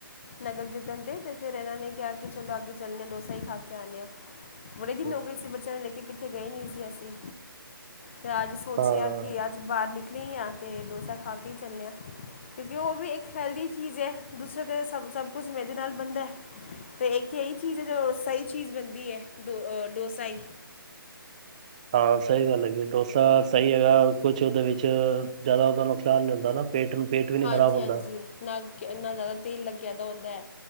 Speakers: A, on the left (about 30°); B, on the right (about 20°).
A: ਨਗਰ ਕੀਰਤਨ ਤੇ ਤੇ ਫਿਰ ਇਹਨਾਂ ਨੇ ਕਿਹਾ ਕਿ ਚਲੋ ਅੱਗੇ ਚੱਲਣੇ ਹ ਡੋਸਾ ਹੀ ਖਾ ਕੇ ਆਉਂਦੇ ਹਾਂ। ਬੜੇ
B: ਨੂੰ
A: ਦਿਨ ਹੋ ਗਏ ਸੀ ਬ। ਤੁਹਾਨੂੰ ਲੈ ਕੇ ਕਿੱਥੇ ਗਏ ਨਹੀਂ ਸੀ ਅਸੀਂ। ਤੇ ਅੱਜ ਸੋਚਿਆ
B: ਹਾਂ
A: ਕਿ ਅੱਜ ਬਾਹਰ ਨਿਕ। ਲਈ ਹੀ ਹਾਂ ਅਤੇ ਡੋਸਾ ਖਾ ਕੇ ਹੀ ਚੱਲਦੇ ਹਾਂ। ਕਿਉਂਕਿ ਉਹ ਵੀ ਇੱਕ ਹੈਲਦੀ ਚੀਜ਼ ਹੈ ਦੂਸਰੇ 'ਤੇ ਸਭ-ਸਭ ਕੁਛ ਮੇਰੇ ਨਾਲ ਬਣਦਾ ਅਤੇ ਇੱਕ ਇਹੀ ਚੀਜ਼ ਹੈ ਜੋ ਸਹੀ ਚੀਜ਼ ਬਣਦੀ ਹੈ ਡੋ ਡੋਸਾ ਹੀ।
B: ਹਾਂ। ਸਹੀ ਗੱਲ ਹੈਗੀ ਏ। ਡੋਸਾ ਸਹੀ ਹੈਗਾ ਕੁਝ ਉਹਦੇ ਵਿੱਚ ਜ਼ਿਆਦਾ ਉਹਦਾ ਨੁਕਸਾਨ ਨੀ ਹੁੰਦਾ ਨਾ। ਪੇਟ ਨੂੰ ਪੇਟ ਵੀ ਨੀ
A: ਹਾਂਜੀ
B: ਖ਼ਰਾਬ ਹੁੰਦਾ
A: ਹਾਂਜੀ। ਨਾ ਨਾ ਜ਼ਿਆਦਾ ਤੇਲ ਲੱਗੇ ਕਿ ਇਦਾ ਹੁੰਦਾ ਹੈ।